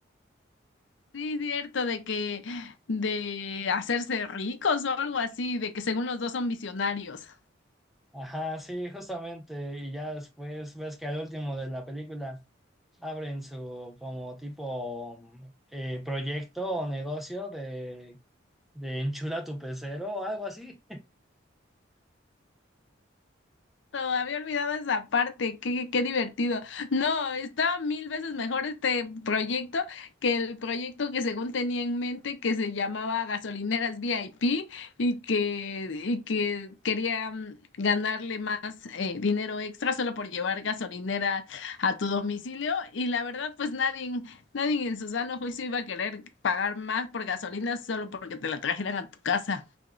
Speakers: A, on the left (about 70°); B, in the centre.
A: Sí, cierto, de que, de hacerse ricos o algo así, de que según los dos son visionarios.
B: Ajá, sí, justamente. Y ya después ves que al último de la película abren su como tipo mm, eh, proyecto o negocio de, de enchula tu pecero o algo así.
A: Exacto, Había olvidado esa parte, qué, qué divertido. No, estaba mil veces mejor este proyecto que el proyecto que según tenía en mente que se llamaba Gasolineras VIP y que, y que quería mm, ganarle más eh, dinero extra solo por llevar gasolinera a tu domicilio. Y la verdad, pues nadie, nadie en su sano juicio iba a querer pagar más por gasolina solo porque te la trajeran a tu casa.